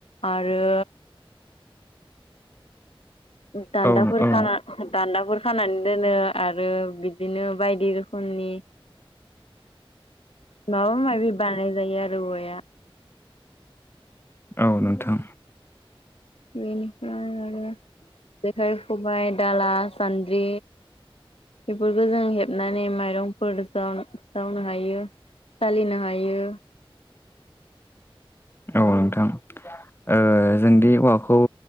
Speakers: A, on the left; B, on the left.
A: आरो दान्दाफोरखाना
B: औ
A: दान्दाफोर खानानै दोनो आरो बिदिनो बायदि रोखोमनि माबा माबि बानाय जायो आरो औवाया।
B: औ नोंथां।
A: बेनिफ्राय आरो जेखाइ, खबाइ, दाला, सान्द्रि बेफोरखौ जों हेबनानै माइरं फोर जाव जावनो हायो, सालिनो हायो।
B: औ नोंथां ओ जोंदि औवाखौ